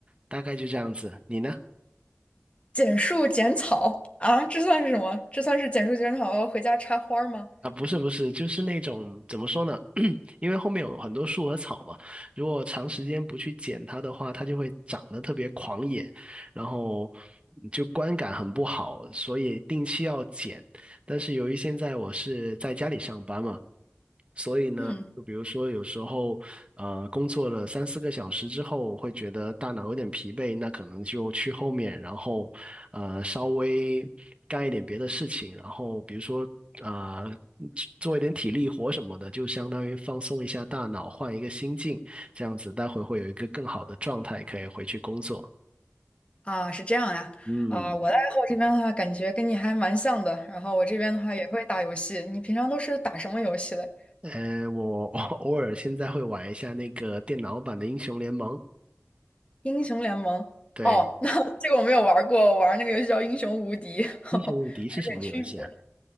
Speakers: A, on the right (about 25°); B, on the left (about 30°).
A: 大概就这样子。你呢？
B: 剪树剪草啊，这算是什么？这算是剪树剪草，回家插花儿吗？
A: 啊，不是不是，就是那种怎么说呢？<clears throat> 因为后面有很多树和草嘛，如果长时间不去剪它的话，它就会长得特别狂野，然后就观感很不好，所以定期要剪。但是由于现在我是在家里上班嘛，所以呢，
B: 嗯，
A: 就比如说有时候，呃，工作了三四个小时之后，会觉得大脑有点疲惫，那可能就去后面，然后呃稍微干一点别的事情，然后比如说呃做一点体力活什么的，就相当于放松一下大脑，换一个心境，这样子待会会有一个更好的状态，可以回去工作。
B: 啊，是这样呀。
A: 嗯，
B: 啊，我的爱好这边的话，感觉跟你还蛮像的。然后我这边的话也会打游戏。你平常都是打什么游戏的？
A: 呃，我 <laughs> 我偶尔现在会玩一下那个电脑版的英雄联盟。
B: 英雄联盟。
A: 对，
B: 哦，<laughs> 那这个我没有玩过，我玩那个游戏叫《英雄无敌》，<laughs>
A: 英雄无敌是什么游戏啊？
B: 还有点区别。